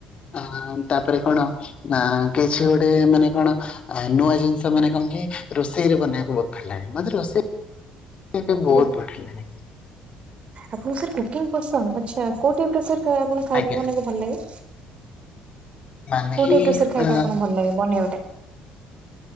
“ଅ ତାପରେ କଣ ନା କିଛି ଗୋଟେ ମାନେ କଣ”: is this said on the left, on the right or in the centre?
Left